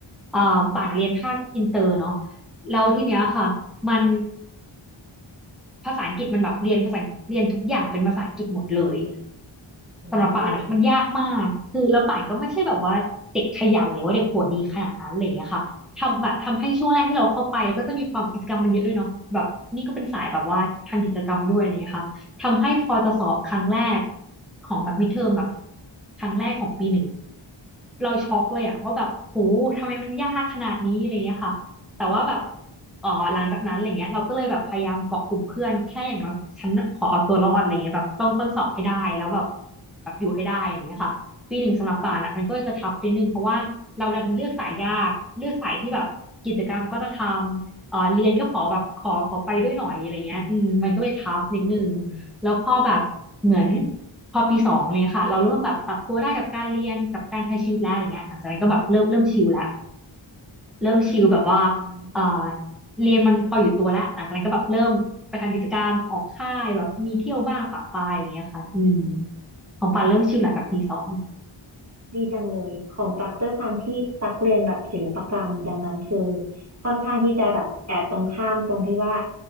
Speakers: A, in the centre; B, on the right (about 30°).
A: เอ่อป่านเรียนภาคอินเตอร์เนาะแล้วทีเนี้ยค่ะมัน ภาษาอังกฤษมันแบบเรียนภาษาเรียนทุกอย่างเป็นภาษาอังกฤษหมดเลย
B: โอ
A: สำหรับป่านอะมันยากมากคือแล้วป่านก็ไม่ใช่แบบว่าเด็กขยันหรือว่าเด็กหัวดีขนาดนั้นอะไรอย่างเลยอะค่ะทำแบบทำให้ช่วงแรกที่เราเข้าไปแล้วก็จะมีความกิจกรรมมันเยอะด้วยเนาะแบบนี่ก็เป็นสายแบบว่าทำกิจกรรมด้วยอะไรอย่างเงี้ยค่ะทำให้พอจะสอบครั้งแรก
B: ้
A: ของแบบมิดเทอมแบบครั้งแรกของปีหนึ่งเราช็อกเลยอะว่าแบบโหทำไมมันยากขนาดนี้อะไรอย่างเงี้ยค่ะแต่ว่าแบบ เออหลังจากนั้นอะไรเงี้ยเราก็เลยแบบพยายามเกาะกลุ่มเพื่อนแค่อย่างน้อยฉันขอเอาตัวรอดอะไรเงี้ยแบบต้องต้องสอบให้ได้แล้วแบบแบบอยู่ให้ได้อะไรเงี้ยค่ะปีหนึ่งสำหรับป่านอ่ะมันก็จะทัฟนิดนึงเพราะว่าเราดันเลือกสายยากเลือกสายที่แบบกิจกรรมก็จะทำเออเรียนก็ขอแบบขอขอไปด้วยหน่อยอะไรเงี้ยอืมมันก็เลยทัฟนิดนึง
B: อืม
A: แล้วพอแบบเหมือนพอปีสองเนี่ยค่ะเราเริ่มแบบปรับตัวได้กับการเรียนกับการใช้ชีวิตแล้วอย่างเงี้ยหลังจากนั้นก็แบบเริ่มเริ่มชิลแล้ว เริ่มชิลแบบว่า
B: อ
A: เอ่อ
B: ม
A: เรียนมันพออยู่ตัวแล้ว หลังจากนั้นก็แบบเริ่มไปทำกิจกรรมออกค่ายแบบมีเที่ยวบ้างปะปายอะไรเงี้ยค่ะอืมของปานเริ่มชิลหลังจากปีสอง
B: ดีจังเลยของตักด้วยความที่ตักเรียนแบบศิลปกรรมดังนั้นคือค่อนข้างที่จะแบบแอบตรงข้ามตรงที่ว่า